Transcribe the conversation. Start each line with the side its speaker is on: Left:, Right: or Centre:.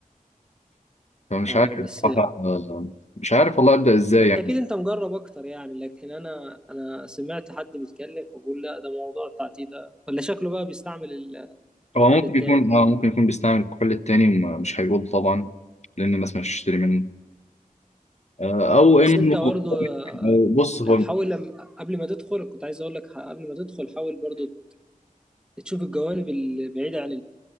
Left: فمش
Centre: اه
Left: عارف
Centre: بس
Left: بصراحة آه، مش عارف والله أبدأ إزاي
Centre: بس
Left: يعني
Centre: اكيد انت مجرب اكتر يعني لكن انا انا سمعت حد بيتكلم فبقول لا ده موضوع التعتيم ده ولا شكله بقى بيستعمل ال- الكحول
Left: هو ممكن
Centre: التاني
Left: يكون آه ممكن يكون بيستعمل الكحول التاني ما- مش هيقول طبعا لأن الناس مش هتشتري منه آه، أو إنه
Centre: بس انت برضه آه،
Left: أو بص هو
Centre: لو حاول لم... قبل ما تدخل كنت عايز اقول لك ح- قبل ما تدخل حاول برضه تشوف الجوانب البعيده عن